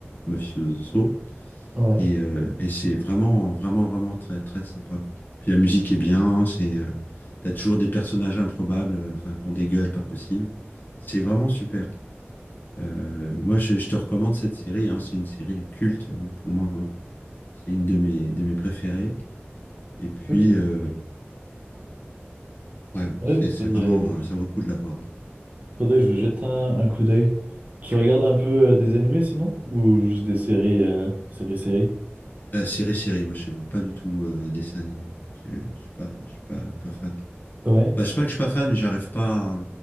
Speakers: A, on the left (about 45°); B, on the right (about 35°).
A: mafioso.
B: ouais,
A: Et, euh, et c'est vraiment, vraiment, vraiment très, très sympa. Puis la musique est bien, c'est, euh, t'as toujours des personnages improbables, euh, enfin, qui ont des gueules pas possibles. C'est vraiment super. Euh, moi, je, je te recommande cette série, hein. C'est une série culte, hein, pour moi. hein. C'est une de mes, de mes préférées. Et puis,
B: ok.
A: euh, ouais,
B: Ouais,
A: c'est, c'est
B: faudrait.
A: vraiment, euh, ça vaut le coup de la voir. hein.
B: Faudrait que je jette un, un coup d'œil. Tu regardes un peu euh, des animés sinon? Ou juste des séries, euh, séries, séries?
A: Euh, série, série, moi, je suis pas du tout euh, dessin animé. Je je suis pas, je suis pas, pas fan.
B: Ouais.
A: Enfin, c'est pas que je suis pas fan, mais j'arrive pas, à-